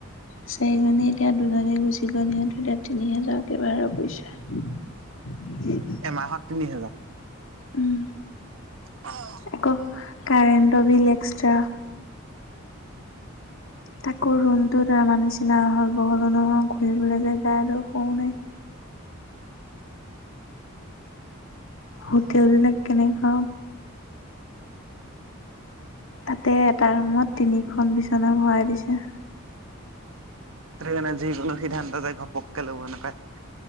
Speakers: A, on the left; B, on the right.
A: চাৰিজনীৰ এতিয়া দুজনী গুচি গ'ল সিহঁত এতিয়া তিনি হাজাৰকে ভাড়া পৰিছে। <unintelligible>
B: এ মাহত তিনি হেজা।
A: উম'
B: অঁ'
A: কৌ কাৰেণ্ট বিল এক্সট্ৰা। তাকো ৰুমটো আমাৰ নিচিনা আহল বহলো নহয় ঘূৰিবলে জেগা এদখৰো নাই। হোটেলবিলাক কেনেকা? তাতে এটা ৰুমত তিনিখন বিচনা ভৰাই দিছে।
B: সেইকাৰণে যিকোনো সিদ্ধান্ত যে ঘপকে ল'ব নাপায়।